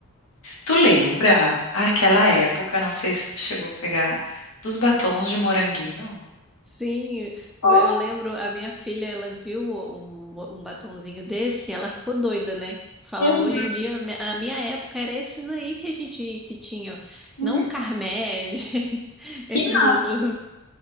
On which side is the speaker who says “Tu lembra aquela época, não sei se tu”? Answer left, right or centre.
Left